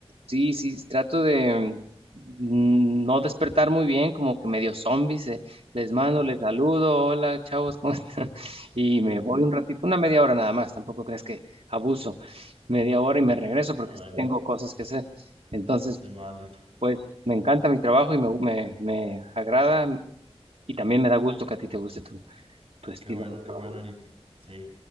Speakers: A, on the right; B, on the right.
A: sí, sí, trato de mm, no despertar muy bien, como que medio zombies, eh, Les mando, les saludo, hola chavos, ¿cómo están? <laughs> Y me voy un ratito, una media hora nada más, tampoco crees que abuso, media hora y me regreso porque
B: ah, bueno.
A: sí tengo cosas que hacer. Entonces,
B: Se vale.
A: pues me encanta mi trabajo y me, me, me agrada y también me da gusto que a ti te guste tu, tu estilo
B: Qué bueno,
A: de
B: qué
A: trabajo.
B: bueno, Eric. Sí.